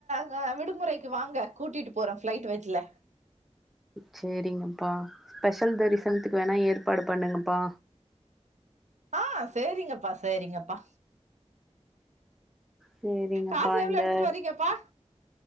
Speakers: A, on the right (about 85°); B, in the centre.
A: க விடுமுறைக்கு வாங்க கூட்டிட்டு போறோ ஃபிளைட் வச்ல
B: சேரிங்கப்பா ஸ்பெஷல் தரிசனத்துக்கு வேணா ஏற்பாடு பண்ணுங்கப்பா
A: ஆ சேரிங்கப்பா சேரிங்கப்பா
B: சேரிங்கப்பா
A: காசு எவ்ளோ
B: இந்த
A: எடுத்துட்டு வரீங்கப்பா